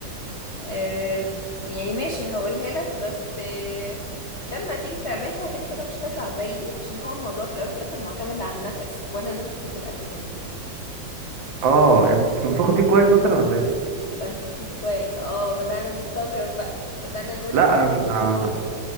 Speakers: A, on the left (about 70°); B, on the right (about 85°).
A: آه يعني ماشي هقولها لك بس آه لما تيجي تعملها كده كده مش هتطلع زيي عشان هو الموضوع في الاول وفي الاخر معتمد على النفس وانا نفسي في الاكل حلو
B: اه يعني بتنفخي فيه كويس مثلا ولا ايه
A: بنفخ فيه كويس اه بدأنا نستظرف بقى بدأنا نقول
B: لا
A: افتات
B: انا انا
A: ونستظرف